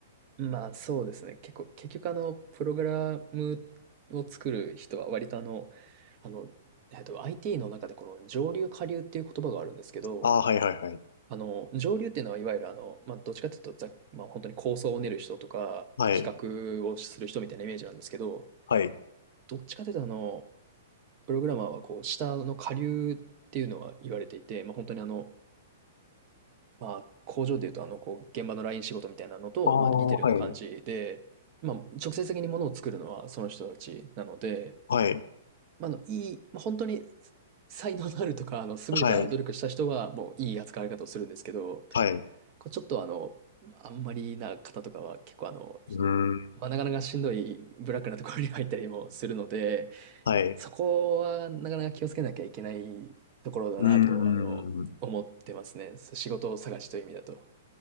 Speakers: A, on the right (about 25°); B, on the left (about 80°).
A: まあそうですね。結構、結局あの、プログラムを作る人は割とあの、あの、えっと、IT の中でこの上流下流っていう言葉があるんですけど、
B: あー、はい、はい、はい、
A: あの、上流っていうのはいわゆるあの、まあどっちかっていうとざっ、まあ本当に構想を練る人とか、
B: はい、
A: 企画をする人みたいなイメージなんですけど、
B: はい。
A: どっちかっていうとあの、プログラマーはこう、下の下流っていうのは言われていて、まあ本当にあの、まあ、工場でいうと、あの、こう、現場のライン仕事みたいなのと、
B: ああ、
A: まあ、似てるような感じで、
B: はい、
A: まあ、直接的にものを作るのはその人たちなので、
B: はい、
A: まあ、あの、いい、まあ、本当に才能のあるとか、あの、優れた努力した人は、
B: はい、
A: もういい扱われ方をするんですけど、
B: はい、う
A: こうちょっとあの、あんまりな方とかは結構あの、
B: ーん、
A: まあ、なかなかしんどいブラックなところに入ったりもするので、
B: はい、
A: そこはなかなか気をつけなきゃいけないところだなと、
B: うーん。
A: あの、思ってますね。仕事を探しという意味だと。